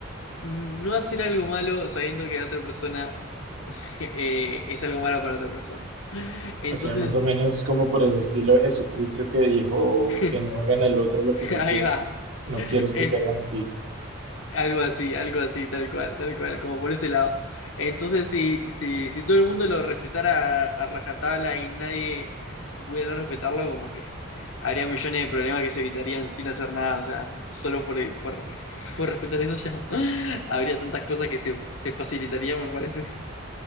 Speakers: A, on the left; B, on the right.
A: no hacer algo malo sabiendo que la otra persona <laughs> eh, es algo malo para otra persona. Entonces,
B: O sea, más o menos como por el estilo de Jesucristo que dijo
A: <laughs>
B: que no hagan al otro lo que no quieren,
A: ahí va.
B: no quieres
A: Es
B: que te hagan a ti.
A: Algo así, algo así, tal cual, tal cual, como por ese lado. Entonces, si, si, si todo el mundo lo respetara a, a rajatabla y nadie pudiera no respetarlo, como que habría millones de problemas que se evitarían sin hacer nada. O sea, solo por, por, por respetar eso ya <laughs> habría tantas cosas que se, se facilitaría, me parece.